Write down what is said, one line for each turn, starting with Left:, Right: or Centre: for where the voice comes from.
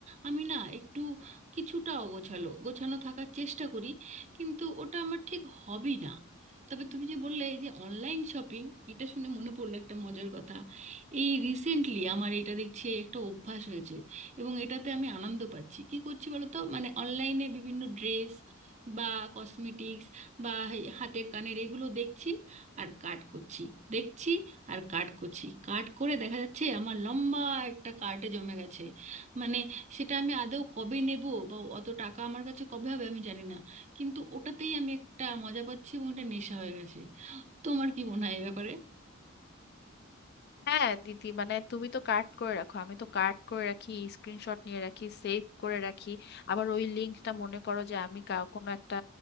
Right: আমি না একটু কিছুটা অগোছালো গোছানো থাকার চেষ্টা করি কিন্তু ওটা আমার ঠিক হবই না তবে তুমি যে বললে এই যে অনলাইন শপিং এটা শুনে মনে পড়লো একটা মজার কথা এই রিসেন্টলি আমার এটা দেখছি একটা অভ্যাস হয়েছে এবং এটাতে আমি আনন্দ পাচ্ছি কি করছি বলো তো মানে অনলাইনে বিভিন্ন ড্রেস বা কসমেটিক্স বা এই হাতের কানের এগুলো দেখছি আর কাট করছি দেখছি আর কাট করছি কাট করে দেখা যাচ্ছে আমার লম্বা একটা কার্টে জমে গেছে মানে সেটা আমি আদৌ কবে নেব বা অত টাকা আমার কাছে কবে হবে আমি জানি না কিন্তু ওটাতেই আমি একটা মজা পাচ্ছি এবং এটা নেশা হয়ে গেছে তোমার কি মনে হয় এ ব্যাপারে
Left: হ্যাঁ দিদি মানে তুমি তো কার্ড করে রাখো আমি তো কার্ড করে রাখি স্ক্রিনশট নিয়ে রাখি সেভ করে রাখি আবার ওই লিঙ্কটা মনে করো যে আমি কা- কোনো একটা